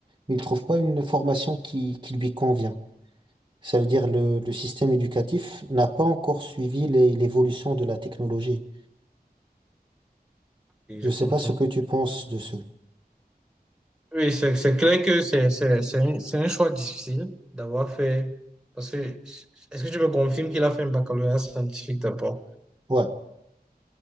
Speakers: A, on the right; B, in the centre.
A: mais il trouve pas une formation qui, qui lui convient. Ça veut dire le, le système éducatif n'a pas encore suivi les- l'évolution de la technologie.
B: Et je
A: Je
B: comprends.
A: sais pas ce que tu penses de ce.
B: Oui, c'est c'est clair que c'est c'est- c'est un, c'est un choix difficile d'avoir fait. Parce que, est-ce que tu me confirmes qu'il a fait un baccalauréat scientifique d'abord?
A: Ouais,